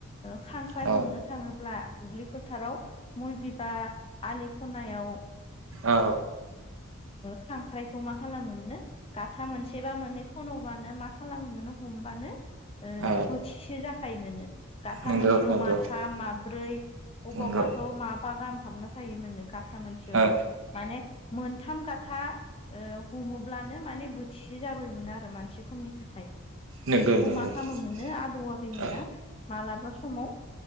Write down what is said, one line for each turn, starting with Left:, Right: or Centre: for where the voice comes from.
Left: खांख्राय
Right: औ
Left: हमनो थाङोब्ला दुब्लि फोथाराव मय बिबार आलि खनायाव
Right: औ
Left: खांख्राइखौ मा खालामो मोनो गाथा मोनसेबा मोननैखौ खन'बानो मा खालामोम मोनो हमबानो
Right: औ
Left: बोथिसे जाखायोमो दाथा
Right: नंगौ
Left: मोनसे अ
Right: नंगौ
Left: माथा माब ब्रै अबावबाथ'
Right: नंगौ
Left: माबा गाहाम हाबना थायोमोननो गाथा मोनसेयावनो
Right: औ
Left: माने मोनथाम गथा हमोब्लानो माने बोथिसे जाबोयोमोन आरो माने मोनानसे खमनि थाखाय
Right: नंगौ
Left: बेखौबो मा
Right: नंगौ
Left: खालामो मोनो आ थवा बेैमोना
Right: औ
Left: मालाबा समाव